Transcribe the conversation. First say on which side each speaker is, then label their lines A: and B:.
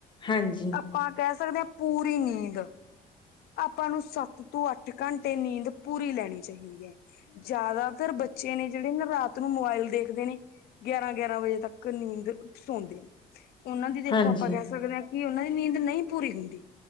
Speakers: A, on the left (about 25°); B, on the left (about 65°).
A: ਹਾਂਜੀ ਈ
B: ਪਾਂ ਆ ਕਹਿ ਸਕਦੇ ਆ ਪੂਰੀ ਨੀਂਦ ਆ ਆਪਾਂ ਨੂੰ ਸੱਤ ਤੋਂ ਅੱਠ ਘੰਟੇ ਏ ਨੀਂਦ ਪੂਰੀ ਲੈਣੀ ਚਾਹੀਦੀ ਐ ਜ਼ਿਆਦਾ ਤਰ ਬੱਚੇ ਨੇ ਜਿਹੜੇ ਨਾ ਰਾਤ ਨੂੰ ਮੋਬਾਇਲ ਦੇਖਦੇ ਨੇ ਏ ਗਿਆਰਾਂ ਆ ਗਿਆਰਾਂ ਆ ਵਜੇ ਤੱਕ ਨੀਂਦ ਸੌਂਦੇ ਨੇ ਉਹਨਾਂ ਦੀ ਦੇਖੋ
A: ਹਾਂਜੀ।
B: ਆਪਾਂ ਕਹਿ ਸਕਦੇ ਆ ਕਿ ਉਹਨਾਂ ਦੀ ਨੀਂਦ ਨਹੀਂ ਪੂਰੀ ਹੁੰਦੀ